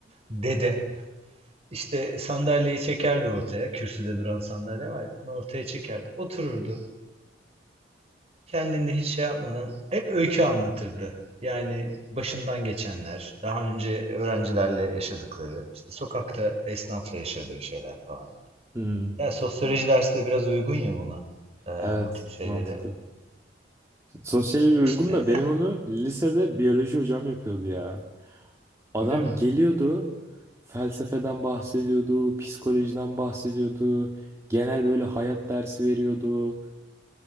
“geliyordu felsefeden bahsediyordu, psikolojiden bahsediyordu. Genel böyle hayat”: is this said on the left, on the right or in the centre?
Right